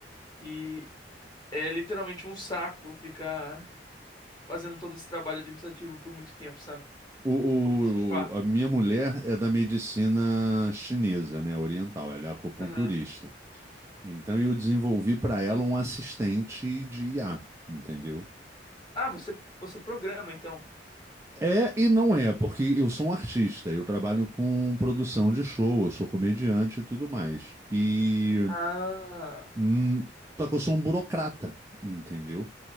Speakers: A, on the left (about 25°); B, on the right (about 15°).
A: E é literalmente um saco ficar fazendo todo esse trabalho administrativo por muito tempo, sabe?
B: O, o-
A: Como é que se fala?
B: o- a minha mulher é da medicina chinesa, né, oriental, ela é acupunturista.
A: Aham.
B: Então eu desenvolvi para ela um assistente de IA, entendeu?
A: Ah, você, você programa, então.
B: É e não é, porque eu sou um artista, eu trabalho com produção de show, eu sou comediante e tudo mais. E
A: Ah,
B: hum, só que eu sou um burocrata, entendeu?